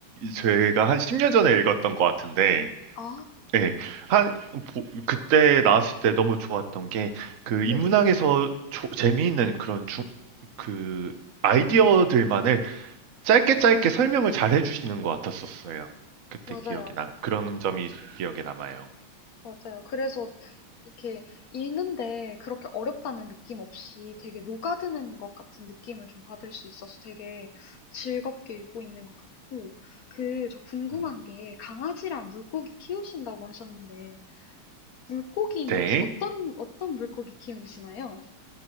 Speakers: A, on the right; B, on the left.
A: 제가 한 10년 전에 읽었던 것 같은데,
B: 아,
A: 예. 한, 보- 그때 나왔을 때 너무 좋았던 게, 그 인문학에서
B: 네,
A: 조- 재미있는 그런 중, 그 아이디어들만을 짧게 짧게
B: 네.
A: 설명을 잘 해주시는 것 같았었어요. 그때
B: 맞아요.
A: 기억이 나, 그런 점이 기억에 남아요.
B: 맞아요. 그래서 이렇게 읽는데 그렇게 어렵다는 느낌 없이 되게 녹아드는 것 같은 느낌을 좀 받을 수 있어서 되게 즐겁게 읽고 있는 것 같고, 그, 저 궁금한
A: 음.
B: 게 강아지랑 물고기 키우신다고 하셨는데, 물고기는
A: 네.
B: 혹시 어떤 어떤 물고기 키우시나요?